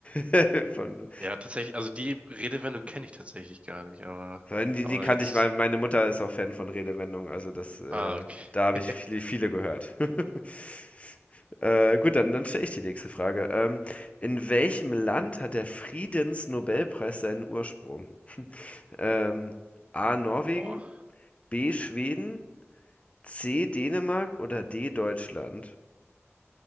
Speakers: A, on the left; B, on the right.
A: <laughs> von
B: Ja, tatsächlich. Also die Redewendung kenne ich tatsächlich gar nicht, aber,
A: Die,
B: aber
A: die kannte
B: jetzt.
A: ich mal. Meine Mutter ist auch Fan von Redewendungen, also das, äh,
B: Ah, okay.
A: da habe
B: <laughs>
A: ich viele, viele gehört. <laughs> Äh, gut, dann, dann stelle ich die nächste Frage. Ähm, in welchem Land hat der Friedensnobelpreis seinen Ursprung? Ähm, A. Norwegen,
B: Boah,
A: B. Schweden, C. Dänemark oder D. Deutschland?